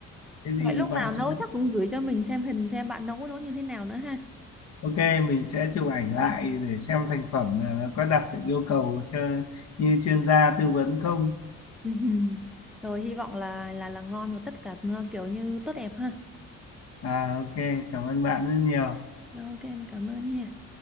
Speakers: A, on the left; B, in the centre.
A: Thế
B: Vậy
A: thì
B: lúc
A: bạn
B: nào nấu
A: sẽ
B: chắc cũng gửi cho mình xem hình xem bạn nấu nấu như thế nào nữa ha.
A: Ok, mình sẽ chụp ảnh lại để xem thành phẩm là nó có đạt được yêu cầu cho- như chuyên gia tư vấn không.
B: <laughs> Rồi hy vọng là là là ngon và tất cả nó kiểu như tốt đẹp ha.
A: À, ok, cảm ơn bạn rất nhiều.
B: Rồi, Ok, mình cảm ơn nha.